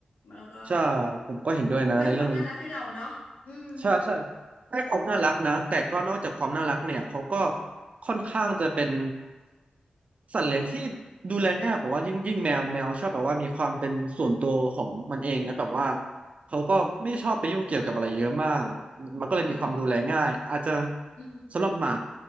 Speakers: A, on the left; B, on the right.
A: แล้วก็
B: ใช่ผมก็เห็นด้วยนะในเรื่องนี้
A: มันสร้างความน่ารักให้เราเนาะอืม
B: ใช่ใช่ให้ความน่ารักนะแต่ก็นอกจากความน่ารักเนี่ยเขาก็ค่อนข้างจะเป็นสัตว์เลี้ยงที่ดูแลง่ายผมว่ายิ่งยิ่งแมวแมวชอบแบบว่ามีความเป็นส่วนตัวของมันเองนะแบบว่าเขาก็ไม่ชอบไปยุ่งเกี่ยวกับอะไรเยอะมากมันก็เลยมีความดูแลง่ายอาจจะ
A: อืมอืม
B: สำหรับหมา